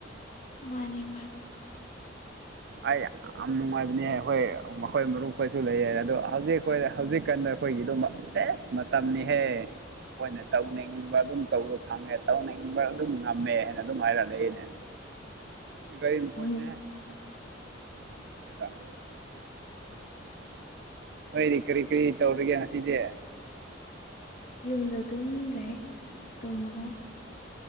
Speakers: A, on the left; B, on the right.
A: ꯃꯥꯅꯤ ꯃꯥꯅꯤ
B: ꯑꯩ ꯌꯥꯝ ꯅꯨꯡꯉꯥꯏꯕꯅꯦ ꯍꯣꯏ ꯃꯈꯣꯏ ꯃꯔꯨꯞ ꯍꯣꯏꯁꯨ ꯂꯩꯌꯦ ꯑꯗꯣ ꯍꯧꯖꯤꯛ ꯑꯩꯈꯣꯏ ꯍꯧꯖꯤꯛꯀꯥꯟꯗ ꯑꯩꯈꯣꯏꯒꯤ ꯑꯗꯨꯝꯃ ꯕꯦꯁ ꯃꯇꯝꯅꯤꯍꯦ ꯈꯣꯏꯅ ꯇꯧꯅꯤꯡꯕ ꯑꯗꯨꯝ ꯇꯧꯕ ꯐꯪꯉꯦ ꯇꯧꯅꯤꯡꯕ ꯑꯗꯨꯝ ꯉꯝꯃꯦ ꯍꯥꯏꯅ ꯑꯗꯨꯝ ꯍꯥꯏꯔꯛ ꯂꯩꯌꯦꯅꯦ
A: <inaudible>
B: ꯁꯤ ꯒꯥꯔꯤ ꯃꯈꯣꯟꯁꯦꯍꯦ
A: ꯎꯝ
B: <unintelligible> ꯅꯣꯏꯗꯤ ꯀꯔꯤ ꯀꯔꯤ ꯇꯧꯔꯤꯒꯦ ꯉꯁꯤꯗꯤ
A: ꯌꯨꯝꯗ ꯑꯗꯨꯝ ꯂꯩꯌꯦ ꯇꯨꯝꯃꯒ